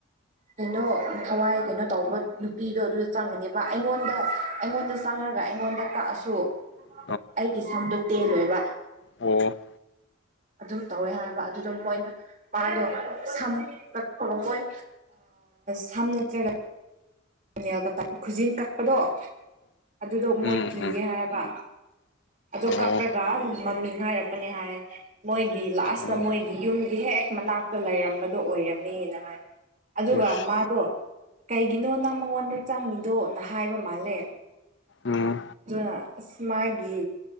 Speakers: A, on the right; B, on the left.
A: ꯀꯩꯅꯣ ꯊꯋꯥꯏ ꯀꯩꯅꯣ ꯇꯧꯕ ꯅꯨꯄꯤꯗꯣ ꯑꯗꯨꯗ ꯆꯪꯒꯅꯦꯕ ꯑꯩꯉꯣꯟꯗ ꯑꯩꯉꯣꯟꯗ ꯆꯪꯉꯒ ꯑꯩꯉꯣꯟꯗ ꯀꯛꯑꯁꯨ
B: <inaudible>
A: ꯑꯩꯒꯤ ꯁꯝꯗꯣ ꯇꯦꯜꯂꯣꯏꯕ
B: ꯑꯣ <inaudible>
A: ꯑꯗꯨꯝ ꯇꯧꯋꯦ ꯍꯥꯏꯕ ꯑꯗꯨꯗ ꯃꯣꯏꯅ ꯃꯥꯗꯣ ꯁꯝ ꯀꯛꯄꯒ ꯃꯣꯏ ꯁꯝ ꯅꯠꯇ꯭ꯔꯒ ꯀꯅꯤꯜꯀꯇꯥꯒꯤ ꯈꯨꯖꯤꯟ ꯀꯛꯄꯗꯣ ꯑꯗꯨꯗꯣ ꯃꯣꯏ
B: ꯎꯝ
A: ꯀꯤꯒꯦ
B: ꯎꯝ ꯎꯝ
A: ꯍꯥꯏꯕ ꯑꯗꯣ
B: ꯑꯣ
A: ꯀꯛꯄ꯭ꯔꯒ ꯃꯃꯤꯡ ꯍꯥꯏꯔꯛꯄꯅꯤ ꯍꯥꯏ ꯃꯣꯏꯒꯤ ꯂꯥꯁꯇ
B: ꯑꯣ
A: ꯃꯣꯏꯒꯤ ꯌꯨꯝꯒꯤ ꯍꯦꯛ ꯃꯅꯥꯛꯇ ꯂꯩꯔꯝꯕꯗꯣ ꯑꯣꯏꯔꯝꯃꯦꯅ ꯍꯥꯏ ꯑꯗꯨꯒ
B: ꯏꯁ
A: ꯃꯥꯗꯣ ꯀꯩꯒꯤꯅꯣ ꯅꯪ ꯃꯉꯣꯟꯗ ꯆꯪꯉꯤꯗꯣꯅ ꯍꯥꯏꯕ ꯃꯥꯜꯂꯦ
B: ꯎꯝ
A: ꯑꯗꯨꯁ ꯃꯥꯒꯤ